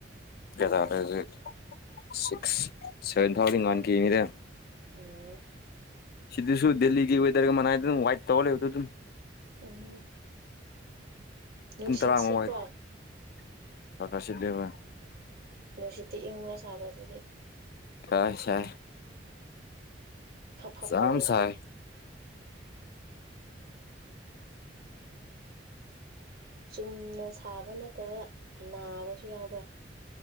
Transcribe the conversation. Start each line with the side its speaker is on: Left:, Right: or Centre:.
Left: ꯀꯌꯥ ꯇꯥꯔꯦ ꯍꯧꯖꯤꯛ ꯁꯤꯛꯁ ꯁꯚꯦꯟ ꯐꯥꯎꯗꯤ ꯉꯥꯟꯈꯤꯅꯤꯗ꯫
Right: ꯑꯣ
Left: ꯁꯤꯗꯤ ꯁꯨ ꯗꯦꯜꯂꯤꯒꯤ ꯋꯗꯔꯒ ꯃꯅꯥꯥꯏꯗ ꯋꯥꯏꯠ ꯇꯧꯋ ꯂꯩꯕꯗꯨꯗꯨꯝ
Right: ꯎꯝ ꯅꯨꯡꯁꯤꯠ
Left: ꯄꯨꯡ ꯇꯔꯥꯃ
Right: ꯁꯤꯠꯄ꯭ꯔꯥ
Left: <unintelligible> ꯀ ꯀꯥ ꯁꯤꯠꯂꯦ ꯍꯣꯏ
Right: ꯅꯨꯡꯁꯤꯠꯇꯤ ꯏꯪꯕ꯭ꯔ ꯁꯥꯕ ꯑꯗꯨꯗꯤ
Left: ꯁꯥꯏꯁꯥꯏ
Right: ꯍꯥꯞ ꯍꯥꯞ
Left: ꯌꯥꯝ
Right: ꯇꯧꯕ꯭ꯔ
Left: ꯁꯥꯏ
Right: ꯆꯨꯝꯅ ꯁꯥꯕ ꯅꯠꯇꯕ ꯅꯥꯕꯁꯨ ꯌꯥꯎꯕ꯭ꯔꯥ